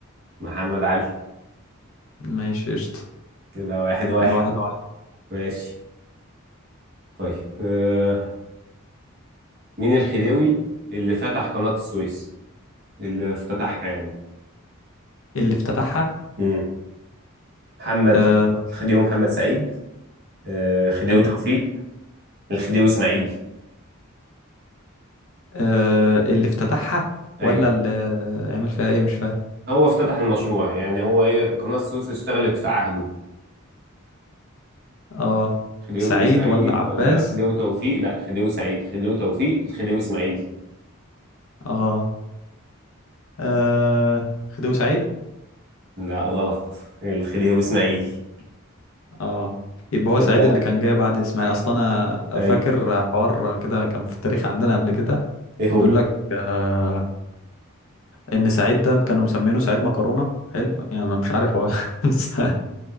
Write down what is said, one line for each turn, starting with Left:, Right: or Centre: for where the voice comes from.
Right: محمد علي
Left: ماشي قشطة
Right: كده واحد واحد
Left: كده واحد واحد
Right: ماشي طيب آه، مين الخديوي اللي فتح قناة السويس اللي افتتحها يعني
Left: اللي افتتحها
Right: مم. محمد
Left: آه
Right: الخديوي محمد سعيد آه، خديوي
Left: حلو
Right: توفيق الخديوي اسماعيل
Left: آه اللي افتتحها
Right: ايوه
Left: ولا اللي عمل فيها ايه مش فاهم
Right: هو افتتح المشروع يعني هو ايه قناة السويس اشتغلت في عهده
Left: اه
Right: خديوي
Left: سعيد
Right: سعيد
Left: ولا عباس
Right: ولا خديوي توفيق لا خديوي سعيد خديوي توفيق الخديوي اسماعيل
Left: اه, آه. خديوي سعيد
Right: لا غلط الخديوي اسماعيل
Left: اه يبقى
Right: كده
Left: هو سعيد اللي كان جاي بعد اسماعيل اصلا انا
Right: ايوه
Left: فاكر حوار كده كان في التاريخ عندنا قبل كده
Right: ايه هو
Left: كان بيقول لك آه ان سعيد ده كانوا مسمينه سعيد مكرونه حلو يعني أنا مش عارف هو <laughs>